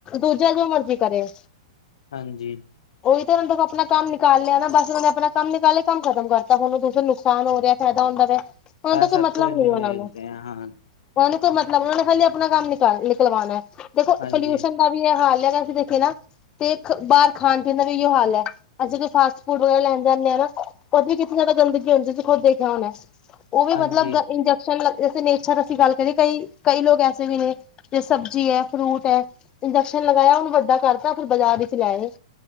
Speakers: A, on the left (about 25°); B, on the left (about 75°).
A: ਦੂਜਾ ਜੋ ਮਰਜ਼ੀ ਕਰੇ
B: ਹਾਂਜੀ।
A: ਉਹੀ ਤਾਂ ਉਹ ਦੇਖੋ ਆਪਣਾ ਕੰਮ ਨਿਕਾਲ ਲਿਆ ਨਾ ਬਸ ਉਹਨੇ ਆਪਣਾ ਕੰਮ ਨਿਕਾਲ ਲਿਆ ਕੰਮ ਖਤਮ ਕਰਤਾ ਤੁਹਾਨੂੰ ਫਿਰ ਨੁਕਸਾਨ ਹੋ ਰਿਹਾ। ਫ਼ਾਇਦਾ ਹੁੰਦਾ ਪਯਾ ਐ, ਉਹਨਾਂ
B: ਇਹ
A: ਦਾ ਕੋਈ
B: ਸਭ
A: ਮਤਲਬ
B: ਕੁਝ ਨਿਵੇੇਖਦੇ
A: ਨਹੀਂ ਉਹਨਾਂ ਨੂੰ
B: ਆ ਹਾਂ
A: ਉਹਨਾਂ ਨੂੰ ਕੋਈ ਮਤਲਬ ਨਈ, ਉਹ ਨੇ ਖਾਲੀ ਆਪਣਾ ਕੰਮ ਨਿਕ ਨਿਕਲਵਾਉਣਾ ਦੇਖੋ
B: ਹਾਂਜੀ
A: ਪੋਲਿਊਸ਼ਨ ਦਾ ਵੀ ਇਹ ਹਾਲ ਹੈਗਾ ਅਸੀਂ ਦੇਖੀਏ ਨਾ, ਦੇਖ ਬਾਹਰ ਖਾਣ ਪੀਣ ਦਾ ਵੀ ਈਉ ਹਾਲ ਹੈ। ਅਸੀਂ ਕੋਈ ਫਾਸਟ ਫੂਡ ਵਗੈਰਾ ਲੈਂਦੇ ਨਈ ਆ, ਉਹਦੇ ਵੀ ਕਿੰਨੀ ਜ਼ਿਆਦਾ ਗੰਦਗੀ ਹੁੰਦੀ ਸੀ ਖੁਦ ਦੇਖ <inaudible> ਉਹ ਵੀ
B: ਹਾਂਜੀ
A: ਮਤਲਬ ਇੰਨਜੈਕਸ਼ਨ ਜੈਸੇ ਨੇਚਰ ਅਸੀਂ ਗੱਲ ਕਰੀਏ ਕਈ- ਕਈ ਲੋਕ ਐਸੇ ਵੀ ਨੇ ਇਹ ਸਬਜ਼ੀ ਹੈ, ਫਰੂਟ ਹੈ। ਇੰਨਜੈਕਸ਼ਨ ਲਗਾਇਆ ਉਹਨੂੰ ਵੱਡਾ ਕਰਤਾ ਫਿਰ ਬਾਜ਼ਾਰ ਇਚ ਲੈ ਆਏ।